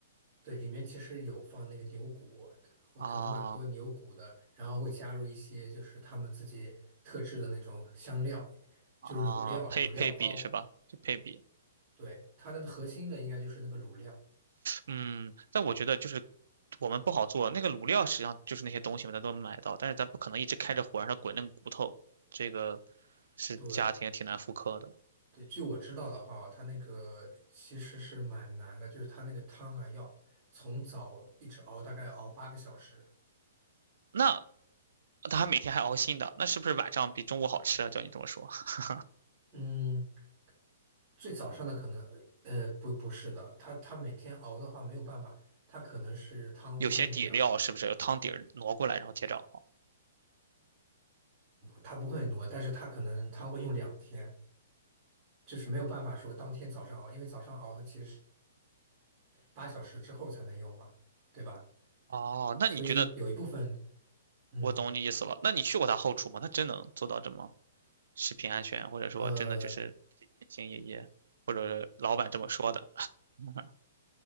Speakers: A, on the right; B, on the right.
A: 对，里面其实有放那个牛骨，和可能蛮多牛骨的，
B: 啊
A: 然后会加入一些就是他们自己特制的那种香料，
B: 啊，
A: 就是卤料、
B: 配配比是吧？
A: 卤料包。
B: 就配比。
A: 对，它的核心的应该就是那个卤料。
B: 嗯，但我觉得就是我们不好做，那个卤料实际上就是那些东西嘛，咱都能买到，但是咱不可能一直开着火让它滚那个骨头，这个是家庭挺难复刻的。
A: 对。对，据我知道的话，它那个其实是蛮难的，就是它那个汤啊，要从早一直熬，大概要熬八个小时。
B: 那他还每天还熬新的，那是不是晚上比中午好吃啊？照你这么说，<laughs>
A: 嗯，最早上的可能，呃，不，不是的，它它每天熬的话没有办法，它可能是汤会用两，
B: 有些底料是不是有汤底儿挪过来然后接着熬？
A: 它不会挪，但是它可能汤会用两天，就是没有办法说当天早上熬，因为早上熬的其实是八小时之后才能用嘛，对吧？
B: 哦，那你觉得
A: 所以有一部分，嗯。
B: 我懂你意思了？那你去过他后厨吗？他真能做到这么食品安全，或者说真的就是兢兢业业，
A: 呃。
B: 或者是老板这么说的？<laughs>